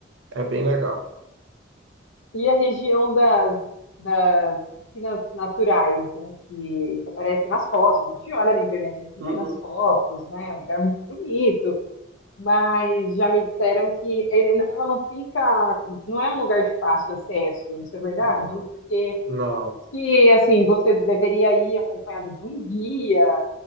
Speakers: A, on the right; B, on the left.
A: É bem legal.
B: E a região das, das piscinas naturais, né, que, que aparecem nas fotos, a gente olha na internet, a gente vê
A: Uhum.
B: nas fotos, né, é um lugar muito bonito, mas já me disseram que ele- ela não fica, não é um lugar de fácil acesso, isso é verdade?
A: Não,
B: Porque
A: não.
B: se, assim, você deveria ir acompanhado de um guia,